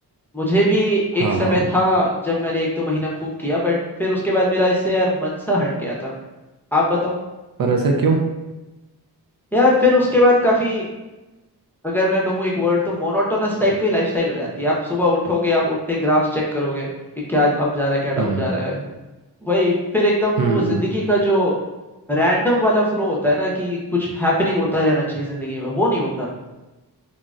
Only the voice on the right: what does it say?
हाँ
पर ऐसा क्यों
हम्म
हम्म